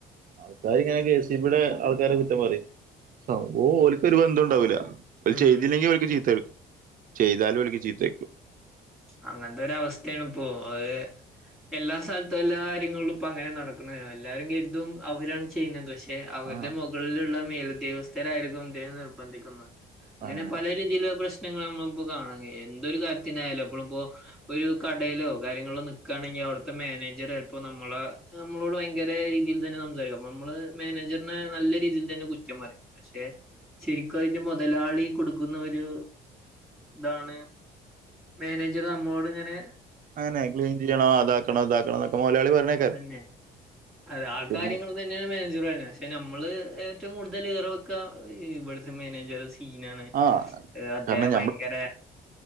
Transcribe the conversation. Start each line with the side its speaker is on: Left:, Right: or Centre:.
Right: ആൾക്കാര് ങ്ങനെ കെ സ് ഇ ബി ടെ ആൾക്കാരെ കുറ്റം പറയും സംഭവം ഓൽക്കൊരു ബന്ധും ണ്ടാവൂല്ല ഓല്
Centre: ഉം
Right: ചെയ്തില്ലെങ്കിഓല്ക് ചീത്തേക്കും ചെയ്താലും ഓല്ക് ചീത്തേക്കും
Centre: അങ്ങനത്തൊര അവസ്ഥയണിപ്പോ അത് എല്ലാ സൽത്തും എല്ലാ ആര്യങ്ങളും ഇപ്പൊ അങ്ങന നടക്ണത് അല്ലാരും കെര്തും അവരാണ് ചെയ്യുന്നത്പഷേ ക്ഷേ അവരുടെ
Right: ആഹ്
Centre: മൊകളിലുള്ള മേലുദ്യോഗസ്ഥരായിരിക്കും ദ്ദേഹം നിർബന്ധിക്കുന്നത് ങ്ങനെ
Right: അങ്ങനെ
Centre: പല രീതിയിലുള്ള പ്രശ്നങ്ങള് നമ്മളിപ്പോ കാണാകഴിയും എന്തൊരു കാര്യത്തിനായാലും അപ്പോ ളിപ്പോ ഒരു കടേലോ കാര്യങ്ങളോന്ക്കാണെങ്കി അവിടുത്തെ മാനേജർചൽപ്പോനമ്മളെ നമ്മളോട് ഭയങ്കര രീതിയിൽ തന്നെ സംസാരിക്കും അപ്പനമ്മള് മാനേജറിനെ നല്ല രീതിയിൽ തന്നെ കുറ്റംപറിം പക്ഷെ ശരിക്കു അതിന്റെമൊതലാളി കൊടുക്കുന്ന ഒരു ഇതാണ് മേനേജർ നമ്മളോട്ങ്ങനെ
Right: അങ്ങനെക്ലീൻചെയ്യണോ അതാക്കണോ ഇതാക്കണം ന്നൊക്കെ മൊയ്ലാളി പറഞ്ഞേകാരം
Centre: അതന്നെ അത് ആ
Right: പിന്നെ
Centre: കാര്യങ്ങൾ തന്നെയാണ് മാനേജർയ പക്ഷെ നമ്മള് ഏറ്റവും കൂടുതല് ഈറവെക്ക ഇവിട് ത്തെമാനേജർസി സീനാണ്അദ്ദേഹംഭയങ്കര
Right: ആഹ് കാരണം